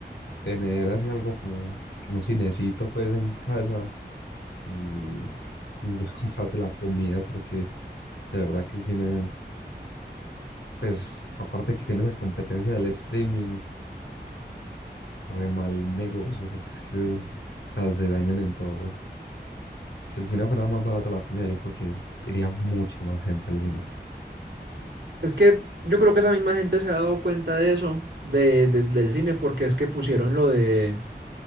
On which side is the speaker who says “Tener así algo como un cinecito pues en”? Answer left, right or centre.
Left